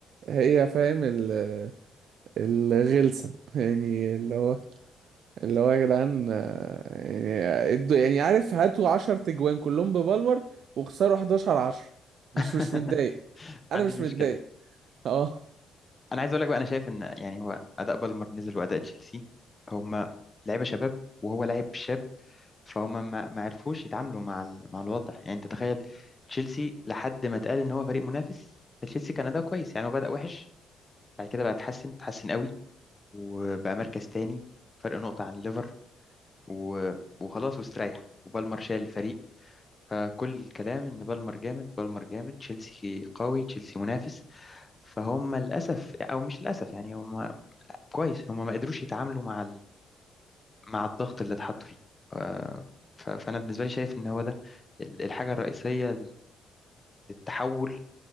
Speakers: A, on the right; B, on the left.
A: هي فاهم ال الغلسة <laughs> يعني اللي هو اللي هو يا جدعان آه، يعني ادوا- يعني عارف هاتوا 10 تجوان كلهم ببالمر وخسروا 11 10 مش
B: <laughs>
A: مش متضايق
B: ما
A: انا
B: عنديش
A: مش متضايق
B: مشكله
A: <laughs> اه
B: انا عايز اقول لك بقى انا شايف ان يعني هو اداء بالمر نزل واداء تشيلسي هما لعيبه شباب وهو لاعب شاب فهم ما ما عرفوش يتعاملوا مع ال... مع الوضع يعني انت تخيل تشيلسي لحد ما اتقال ان هو فريق منافس فتشيلسي كان اداؤه كويس يعني هو بدأ وحش بعد كده بقى اتحسن اتحسن قوي وبقى مركز تاني فرق نقطة عن ليفر و... وخلاص واستريح وبالمر شال الفريق فكل الكلام ان بالمر جامد بالمر جامد تشيلسي قوي تشيلسي منافس فهم للاسف او مش للاسف يعني هم كويس هم ما قدروش يتعاملوا مع مع الضغط اللي اتحط فيه آه، ف- فأنا بالنسبة لي شايف إن هو ده ال- الحاجة الرئيسية للتحول